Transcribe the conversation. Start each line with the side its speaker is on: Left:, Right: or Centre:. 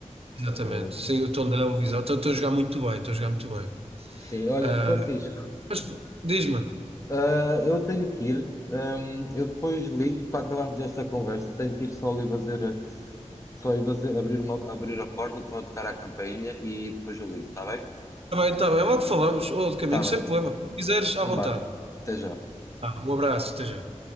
Right: exatamente.
Left: Ah,
Right: Sim, o Tondela, o Vizela. Estão estão a jogar muito bem, estão a jogar muito bem.
Left: sim, olha,
Right: Ah,
Left: Francisco,
Right: mas diz-me,
Left: ah, eu tenho que ir. Ahm, eu depois ligo para acabarmos esta conversa. Tenho que ir só ali fazer, a- só ir fazer, abrir uma, abrir a porta, estão a tocar a campainha e depois eu ligo, está bem?
Right: está bem, está bem, logo falamos, ou de
Left: Está
Right: caminho,
Left: bem.
Right: sem problema. Se quiseres,
Left: Então
Right: à vontade.
Left: vá. Até já.
Right: Tá, um abraço, esteja.